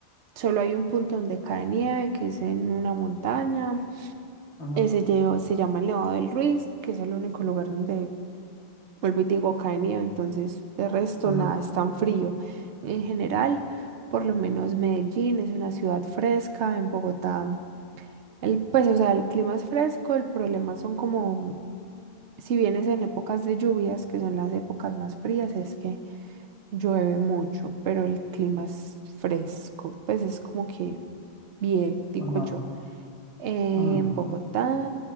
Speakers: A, on the right; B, on the left.
A: solo hay un punto donde cae nieve, que es en una montaña,
B: ajá,
A: ese lle- se llama el Nevado del Ruiz, que es el único lugar donde, vuelvo y te digo, cae nieve, entonces, de resto,
B: ajá,
A: nada, es tan frío. En general, por lo menos Medellín es una ciudad fresca, en Bogotá, el, pues, o sea, el clima es fresco, el problema son como Si vienes en épocas de lluvias, que son las épocas más frías, es que llueve mucho, pero el clima es fresco, pues es como que bien, digo
B: ajá,
A: yo. En
B: mm,
A: Bogotá